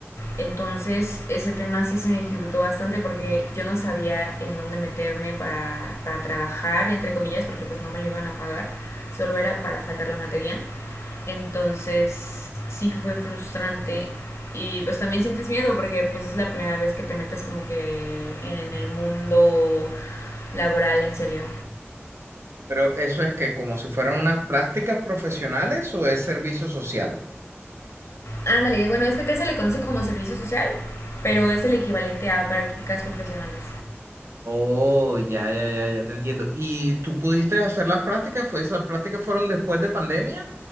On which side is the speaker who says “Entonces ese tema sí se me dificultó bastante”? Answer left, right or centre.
Left